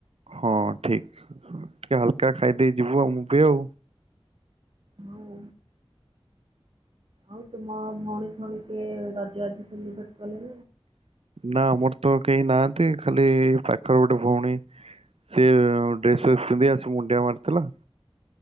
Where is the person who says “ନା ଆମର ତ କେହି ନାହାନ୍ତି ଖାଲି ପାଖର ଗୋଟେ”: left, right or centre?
Right